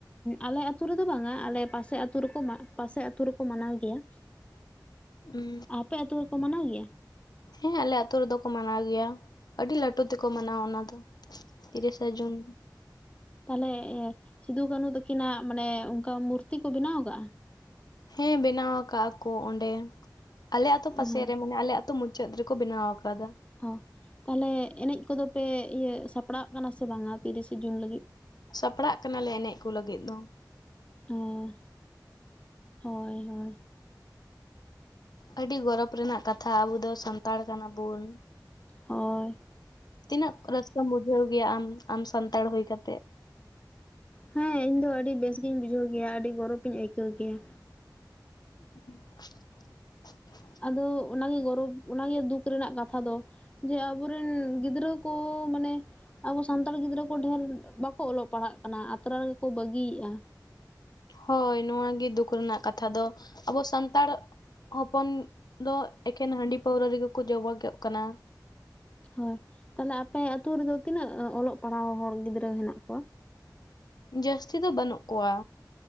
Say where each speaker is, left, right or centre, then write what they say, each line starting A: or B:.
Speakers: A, on the left; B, on the left.
A: ᱟᱞᱮ ᱟᱹᱛᱩ ᱨᱮᱫᱚ ᱵᱟᱝᱟ ᱟᱞᱮ ᱯᱟᱥᱮ ᱟᱹᱛᱩ ᱨᱮᱠᱚ ᱯᱟᱥᱮ ᱟᱹᱛᱩ ᱨᱮᱠᱚ ᱢᱟᱱᱟᱣ ᱜᱮᱭᱟ᱾
B: ᱦᱩᱸ
A: ᱟᱯᱮ ᱟᱹᱛᱩ ᱨᱮᱠᱚ ᱢᱟᱱᱟᱣ ᱜᱮᱭᱟ
B: ᱦᱮᱸ ᱟᱞᱮ ᱟᱹᱛᱳ ᱨᱮᱫᱚ ᱠᱚ ᱢᱟᱱᱟᱣ ᱜᱮᱭᱟ ᱟᱹᱰᱤ ᱞᱟᱹᱴᱩ ᱛᱮᱠᱚ ᱢᱟᱱᱟᱣᱟ ᱚᱱᱟ ᱫᱚ᱾ ᱛᱤᱨᱤᱥᱟ ᱡᱩᱱ᱾
A: ᱛᱟᱦᱞᱮ ᱥᱤᱫᱩ ᱠᱟᱹᱱᱩ ᱛᱠᱤᱱᱟᱜ ᱢᱟᱱᱮ ᱚᱱᱠᱟ ᱢᱩᱨᱛᱤ ᱠᱚ ᱵᱮᱱᱟᱣ ᱠᱟᱜᱼᱟ?
B: ᱦᱮᱸ ᱵᱮᱱᱟᱣ ᱟᱠᱟᱜ ᱟᱠᱚ ᱚᱸᱰᱮ ᱟᱞᱮ ᱟᱛᱳ
A: ᱦᱮᱸ
B: ᱯᱟᱥᱮ ᱨᱮ ᱢᱟᱱᱮ ᱟᱞᱮ ᱟᱛᱳ ᱢᱩᱪᱟᱹᱫ ᱢᱩᱪᱟᱹᱫ ᱨᱮᱠᱚ ᱵᱮᱱᱟᱣ ᱠᱟᱫᱟ᱾
A: ᱚ ᱛᱟᱦᱞᱮ ᱮᱱᱮᱡ ᱠᱚᱫᱚ ᱯᱮ ᱤᱭᱟᱹ ᱥᱟᱯᱲᱟᱜ ᱠᱟᱱᱟ ᱥᱮ ᱵᱟᱝᱟ ᱛᱤᱨᱤᱥᱮ ᱡᱩᱱ ᱞᱟᱹᱜᱤᱫ?
B: ᱥᱟᱯᱲᱟᱜ ᱠᱟᱱᱟᱞᱮ ᱮᱱᱮᱡ ᱠᱚ ᱞᱟᱹᱜᱤᱫ ᱫᱚ᱾
A: ᱮᱸ ᱦᱳᱭ ᱦᱳᱭ
B: ᱟᱹᱰᱤ ᱜᱚᱨᱚᱵᱽ ᱨᱮᱱᱟᱜ ᱠᱟᱛᱷᱟ ᱟᱵᱚ ᱫᱚ ᱥᱟᱱᱛᱟᱲ ᱠᱟᱱᱟ ᱵᱚᱱ
A: ᱦᱚᱭ
B: ᱛᱤᱱᱟᱹᱜ ᱨᱟᱹᱥᱠᱟᱹᱢ ᱵᱩᱡᱷᱟᱹᱣ ᱜᱮᱭᱟ ᱟᱢ ᱟᱢ ᱥᱟᱱᱛᱟᱲ ᱦᱩᱭ ᱠᱟᱛᱮᱫ
A: ᱦᱮᱸ ᱤᱧ ᱫᱚ ᱟᱹᱰᱤ ᱵᱮᱥ ᱜᱮᱤᱧ ᱵᱩᱡᱷᱟᱹᱣ ᱜᱮᱭᱟ ᱟᱹᱰᱤ ᱜᱚᱨᱚᱵᱽ ᱤᱧ ᱟᱹᱭᱠᱟᱹᱣ ᱜᱮᱭᱟ
B: <inaudible>
A: ᱟᱫᱚ ᱚᱱᱟᱜᱮ ᱜᱚᱨᱚᱵᱽ ᱚᱱᱟᱜᱮ ᱫᱩᱠ ᱨᱮᱱᱟᱜ ᱠᱟᱛᱷᱟ ᱫᱚ ᱡᱮ ᱟᱵᱚᱨᱮᱱ ᱜᱤᱫᱽᱨᱟᱹ ᱠᱚ ᱢᱟᱱᱮ ᱟᱵᱚ ᱥᱟᱱᱛᱟᱲ ᱜᱤᱫᱽᱨᱟᱹ ᱠᱚ ᱰᱷᱮᱨ ᱵᱟᱠᱚ ᱚᱞᱚᱜ ᱯᱟᱲᱦᱟᱜ ᱠᱟᱱᱟ ᱟᱛᱨᱟ ᱨᱮᱜᱮᱠᱚ ᱵᱟᱹᱜᱤᱭᱮᱫᱼᱟ
B: ᱦᱳᱭ ᱱᱚᱣᱟᱜᱮ ᱫᱩᱠ ᱨᱮᱱᱟᱜ ᱠᱟᱛᱷᱟ ᱫᱚ ᱟᱵᱚ ᱥᱟᱱᱛᱟᱲ ᱦᱚᱯᱚᱱ ᱫᱚ ᱮᱠᱷᱮᱱ ᱦᱟᱺᱰᱤ ᱯᱟᱹᱣᱨᱟᱹ ᱨᱮᱜᱮ ᱠᱚ ᱡᱚᱵᱚᱜᱚᱜ ᱠᱟᱱᱟ
A: ᱦᱳᱭ ᱛᱟᱦᱞᱮ ᱟᱯᱮ ᱟᱛᱩ ᱨᱮᱫᱚ ᱛᱤᱱᱟᱹᱜ ᱚᱞᱚᱜ ᱯᱟᱲᱦᱟᱣ ᱦᱚᱲ ᱜᱤᱫᱽᱨᱟᱹ ᱦᱮᱱᱟᱜ ᱠᱚᱣᱟ
B: ᱡᱟᱹᱥᱛᱤ ᱫᱚ ᱵᱟᱹᱱᱩᱜ ᱠᱚᱣᱟ